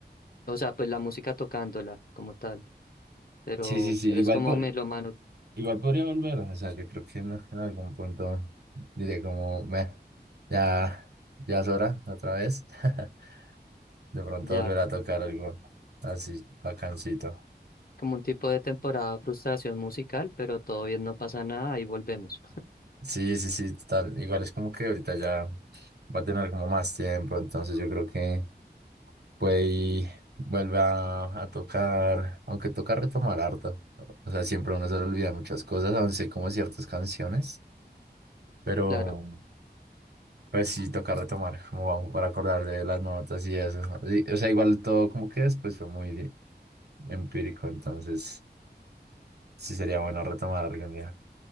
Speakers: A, on the left; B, on the right.
A: O sea, pues la música tocándola como tal. Pero
B: Sí, sí, sí,
A: eres
B: igual
A: como
B: po-
A: melómano.
B: Igual podría volver, o sea, que creo que en, en algún punto diría como, "Meh, ya, ya es hora, otra vez. <laughs> De pronto
A: Ya,
B: volver a tocar algo así bacancito.
A: como un tipo de temporada frustración musical, pero todo bien, no pasa nada, ahí volvemos.
B: Sí, sí, sí, total. Igual es como que ahorita ya va a tener como más tiempo, entonces yo creo que puede y vuelve a, a tocar, aunque toca retomar harto. O sea, siempre a uno se le olvidan muchas cosas, aún sé como ciertas canciones, pero.
A: Claro,
B: Pues sí, tocar retomar, como vamos, para acordar de las notas y eso. Sí, o sea, igual todo como que después fue muy empírico, entonces sí sería bueno retomar algún día.